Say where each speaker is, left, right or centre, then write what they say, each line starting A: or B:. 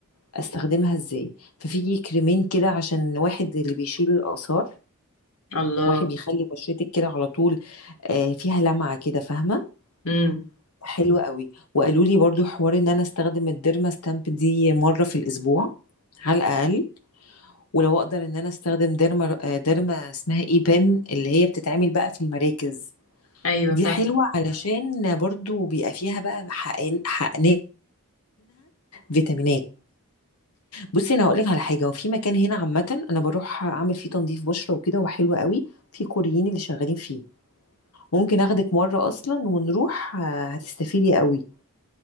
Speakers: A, on the left; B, on the left.
A: استخدمها ازاي ففي كريمين كده عشان واحد اللي بيشيل الاثار
B: الله
A: واحد بيخلي بشرتك كده على طول آه، فيها لمعة كده فاهمة
B: امم
A: حلوة قوي وقالوا لي برضو حوار ان انا استخدم الديرما ستامب دي مرة في الاسبوع على الاقل ولو اقدر ان انا استخدم ديرما آه، ديرما اسمها اي بن اللي هي بتتعمل بقى في المراكز
B: ايوه
A: دي حلوة علشان برضو بيبقى فيها بقى حقن- حقنينها فيتامينات بصي انا هقول لك على حاجه وفي مكان هنا عامه انا بروح اعمل فيه تنظيف بشره وكده وحلو قوي في كوريين اللي شغالين فيه ممكن اخدك مره اصلا ونروح آه، هتستفيدي قوي